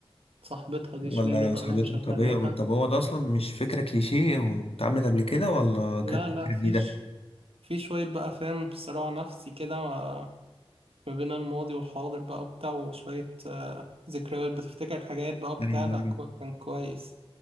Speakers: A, on the right; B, on the left.
A: صاحبتها دي
B: ولا
A: شيرين رضا
B: صاحبتك
A: اللي هي مشغلاها
B: طب ايه طب هو ده
A: ولا
B: اصلا مش فكرة كليشيه واتعملت قبل كده ولا كانت
A: لا لا
B: فكرة
A: فيش
B: جديدة؟
A: في شوية بقى فاهم صراع نفسي كده ما ما بين الماضي والحاضر بقى وبتاع وشوية آه، ذكريات بتفتكر حاجات بقى وبتاع
B: ايوه
A: لا
B: ايوه
A: كو- كان كويس